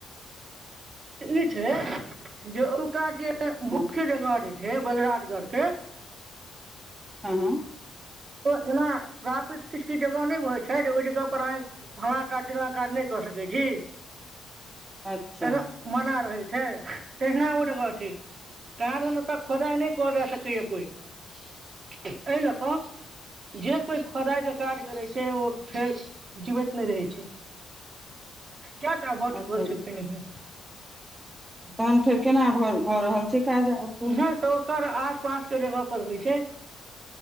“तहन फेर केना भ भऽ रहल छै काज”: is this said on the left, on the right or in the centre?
Right